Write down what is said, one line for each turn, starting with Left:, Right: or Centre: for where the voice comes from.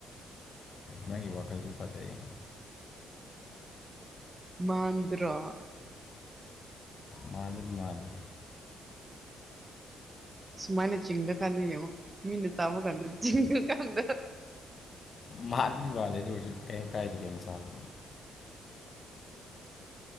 Left: ꯅꯪꯒꯤ ꯋꯥꯈꯜꯗꯨ ꯄꯥꯖꯩꯌꯦ
Right: ꯃꯥꯥꯟꯗ꯭ꯔꯣ
Left: ꯃꯥꯜꯕꯨꯗꯤ ꯃꯥꯜꯂꯦ
Right: ꯁꯨꯃꯥꯏꯅ ꯆꯤꯡꯉ ꯀꯥꯟꯗ ꯌꯦꯡꯉꯣ ꯃꯤꯅ ꯆꯥꯕ ꯀꯥꯟꯗ ꯆꯤꯡꯉꯀꯥꯟꯗ
Left: ꯃꯥꯜꯕꯨꯗꯤ ꯃꯥꯜꯂꯤ ꯑꯗꯨ ꯑꯣꯏꯔꯁꯨ ꯀꯔꯤꯝ ꯀꯥꯏꯗꯗꯤ ꯀꯩꯅꯣ ꯆꯗ